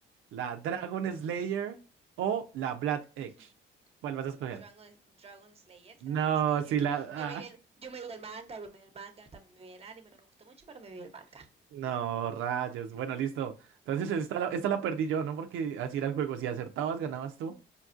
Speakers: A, on the right; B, on the right.
A: la Dragon Slayer o la Black
B: <laughs>
A: Edge. ¿Cuál vas a escoger?
B: Dragon, Dragon Slayer,
A: No,
B: Dragon Slayer.
A: sí
B: Yo
A: la...
B: me,
A: ah,
B: yo me vi el, yo me vi el manga, yo me vi el manga, también me vi el anime, no me gustó mucho, pero me vi el manga.
A: no, rayos. Bueno, listo. Entonces esta la, esta la perdí yo, ¿no? Porque así era el juego. Si acertabas, ganabas tú.